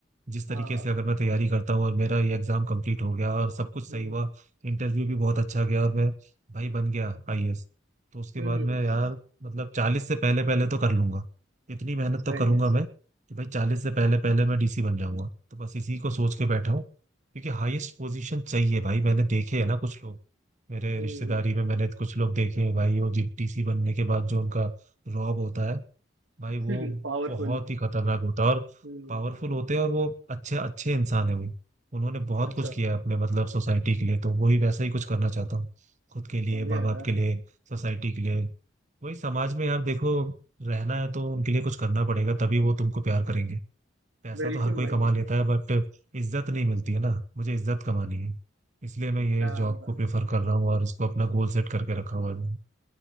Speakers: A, on the right; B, on the right.
A: जिस
B: हाँ
A: तरीके से अगर मैं तैयारी करता हूँ और मेरा ये एग्जाम कंप्लीट हो गया और सब कुछ
B: हम्म
A: सही हुआ इंटरव्यू भी बहुत अच्छा गया और मैं भाई बन गया आईएएस तो उसके
B: हम्म
A: बाद
B: हम्म,
A: मैं यार मतलब चालीस से पहले पहले तो कर लूंगा इतनी मेहनत
B: सही
A: तो करूंगा
B: है सही
A: मैं कि भाई चालीस से पहले पहले मैं डीसी बन जाऊंगा तो बस इसी को सोच के बैठा हूँ क्योंकि हाईएस्ट पोजीशन चाहिए भाई मैंने देखे है ना कुछ लोग मेरे
B: हम्म
A: रिश्तेदारी में मैंने कुछ लोग देखे हैं भाई वो डीसी बनने के बाद जो उनका रॉब होता है भाई
B: <laughs>
A: वो
B: पावरफुल
A: बहुत ही खतरनाक होता है और
B: हम्म
A: पावरफुल होते हैं और वो अच्छे अच्छे इंसान है वो उन्होंने बहुत
B: अच्छा
A: कुछ किया है अपने मतलब सोसाइटी के लिए तो वही वैसा ही कुछ करना चाहता हूँ खुद के लिए
B: बढ़िया
A: माँ
B: यार
A: बाप के लिए सोसाइटी के लिए वही समाज में यार देखो रहना है तो उनके लिए कुछ करना पड़ेगा तभी वो तुमको प्यार करेंगे पैसा
B: बिल्कुल
A: तो हर कोई
B: भाई
A: कमा
B: बिल्कुल
A: लेता है बट इज्जत नहीं मिलती है ना मुझे इज्जत कमानी है इसलिए मैं ये
B: damn
A: जॉब
B: भाई
A: को प्रेफर कर रहा हूँ और इसको अपना गोल सेट करके रखा हुआ है